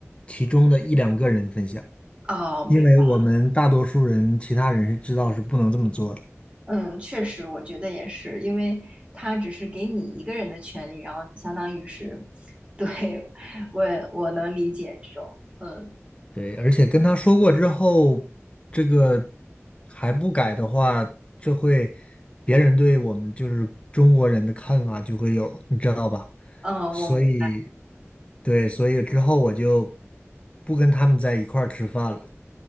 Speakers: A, on the left; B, on the right.
A: 其中的一两个人分享，
B: 哦，明白。
A: 因为我们大多数人，其他人是知道是不能这么做的。
B: 嗯，确实，我觉得也是，因为他只是给你一个人的权利，然后相当于是，<laughs> 对，我我能理解这种。嗯。
A: 对，而且跟他说过之后，这个还不改的话，这会别人对我们就是中国人的看法就会有，你知道吧？
B: 嗯，
A: 所以，
B: 我明，
A: 对，所以之后我就不跟他们在一块儿吃饭了。